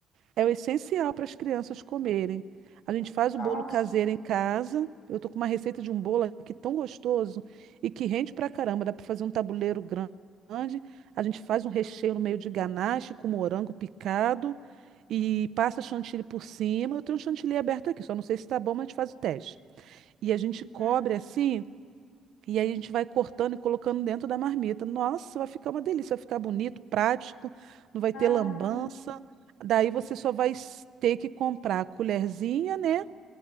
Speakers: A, on the right; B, on the left.
A: É o essencial para as crianças comerem. A gente faz
B: Nossa.
A: o bolo caseiro em casa. Eu tô com uma receita de um bolo aqui tão gostoso e que rende pra caramba. Dá para fazer um tabuleiro gran- grande. A gente faz um recheio no meio de ganache com morango picado e passa chantilly por cima. Eu tenho um chantilly aberto aqui, só não sei se tá bom, mas a gente faz o teste. E a gente
B: uhum.
A: cobre assim. E aí a gente vai cortando e colocando dentro da marmita. Nossa, vai ficar uma delícia, vai ficar bonito, prático, não vai
B: Ah,
A: ter lambança. Daí você só vai s- ter que comprar a colherzinha, né?